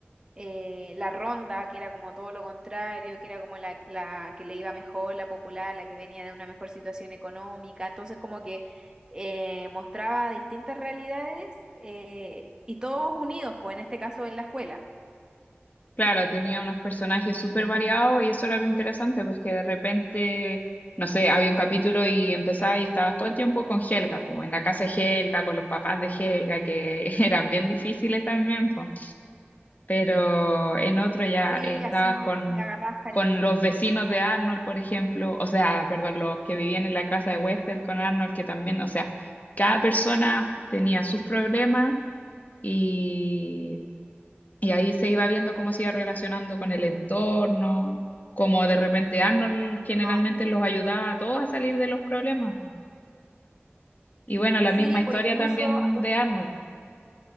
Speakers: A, on the right; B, on the left.
A: eh, la ronda, que era como todo lo contrario, que era como la, la que le iba mejor, la popular, la que venía de una mejor situación económica. Entonces, como que eh, mostraba distintas realidades eh, y todos unidos, pues en este caso en la escuela.
B: Claro, tenía unos personajes súper variados y eso era lo interesante, pues que de repente, no sé, había un capítulo y empezaba y estabas todo el tiempo con Helga, pues, en la casa de Helga, con los papás de Helga, que <laughs> eran bien difíciles también, pues. Pero en otro ya
A: Sí,
B: eh, estabas
A: así
B: con,
A: le agarrabas cariño.
B: con los vecinos de Arnold, por ejemplo, o sea, perdón, los que vivían en la casa de huésped con Arnold, que también, o sea, cada persona tenía sus problemas y y ahí se iba viendo cómo se iba relacionando con el entorno, cómo de repente Arnold generalmente
A: No, es genial.
B: los ayudaba a todos a salir de los problemas. po. Y bueno, la
A: Sí,
B: misma historia
A: pues incluso,
B: también
A: a los-
B: de Arnold,